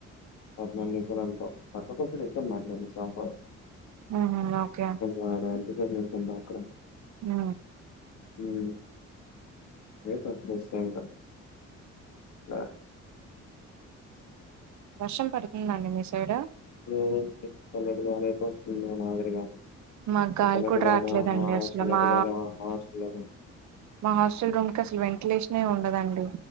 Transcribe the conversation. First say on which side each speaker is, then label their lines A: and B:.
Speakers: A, on the left; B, on the right.
A: పద్నాలుగు నిమిషాలాలు అంటవ్ పక్కకొచ్చి రిటర్న్ మాట్లాడు అన్నిసార్లు
B: ఊహుం ఓకే
A: వాడు అంటిపోయి నించుండ అక్కడ
B: ఆ
A: మ్మ్ వెయిట్ ఎక్కువ వస్తాయంట <unintelligible>
B: వర్షం పడుతుంద అండి మీ సైడ్
A: లేదండి చల్లటి గాలైతే వస్తుంది నా మాదిరిగా
B: మాకు గాలి
A: చల్లటిగాలి
B: కూడా రావట్లేదండి
A: ఆహా
B: అసలు
A: చల్లటిగాలి
B: మా
A: ఆహా చల్లగా
B: మా హాస్టల్ రూమ్ కి అసలు వెంటిలేషన్ ఏ ఉండదండి